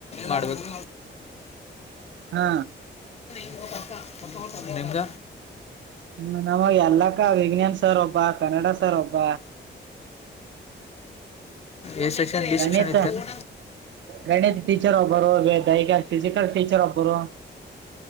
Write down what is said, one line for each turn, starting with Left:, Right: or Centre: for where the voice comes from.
Left: ಮಾಡ್ಬೇಕು
Right: ಹಾ
Left: <inaudible> ನಿಮ್ಗ
Right: ಹ್ಮ ನಮಗೆ ಎಲ್ಲಕ್ಕ ವಿಜ್ಞನ್ ಸರ್ ಒಬ್ಬ ಕನ್ನಡ ಸರ್ ಒಬ್ಬ
Left: ಎ ಸೆಕ್ಷನ್ ಬಿ
Right: ಗಣಿತ
Left: ಸಕ್ಷನ್ ಇದೇನು
Right: ಗಣಿತ ಟೀಚರ್ ಒಬ್ಬರು ದೈಹಿಕ ಫಿಸಿಕಲ್ ಟೀಚರ್ ಒಬ್ಬರು